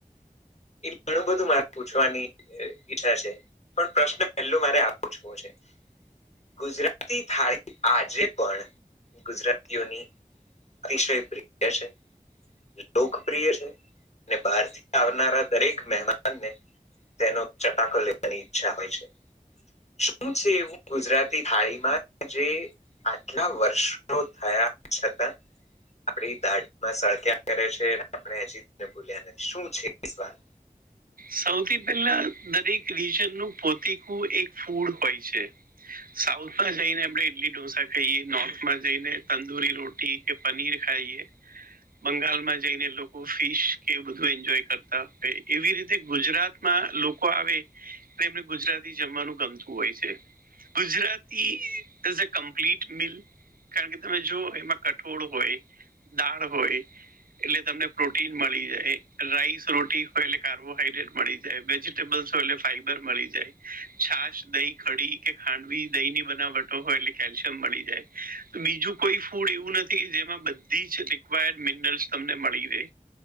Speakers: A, on the left; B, on the right.
A: એ ઘણું બધું મારે પૂછવાની ઈચ્છા છે. પણ પ્રશ્ન પેલો મારે આ પૂછવો છે, ગુજરાત થાળ આજે પણ ગુજરાતીઓની ઈશય પ્રિય છે. લોકપ્રિય છે અને બહારથી આવનારા દરેક મહેમાનને તેનો ચટાકો લેવાની ઈચ્છા હોય છે. શું છે એવું ગુજરાતી થાળીમાં જે આટલા વર્ષો થયા છતાં આપ દાઢમાં સળક્યા કરે છે આપણે હજીને ભૂલ્યા ન શું છે <unintelligible>
B: સૌથી પહેલા દરેક રીજનનું પોતકું એક ફૂડ હોય છે. સાઉથમાં જઈને આપણે ઇડલી ઢોસા ખાઈએ, નોર્થમાં જઈને તંદુરી રોટી કે પનીર ખાઈએ. બંગાળમાં જઈને લોકો ફિશ કે બધું એન્જોય કરતા હોય એવી રીત જે ગુજરાતમાં લોકો આવે તો એમને ગુજરાતી જમવાનું ગમતું હોય છે. Gujarati is a complete meal. કારણ કે તમે જો એમાં કઠોળ હોય દાળ હોય એટલે તમને પ્રોટીન મળી જાય રાઈસ રોટી હોય એટલે કાર ર્બોહાઈડ્રેટ મળી જાય, વેજીિટેબલ્સલે ફાઈબર મળી જાય. છાશ દહી કડી કે ખાંડવી દહી ની બનાવટો હોય એટલે કેલ્શિયમ મળી જાય. બીજું કોઈ ફૂડ એવું નથી કે જેમાં બધી જ રિકવાયર્ડ મિનરલ્સ તમને મળી રહે.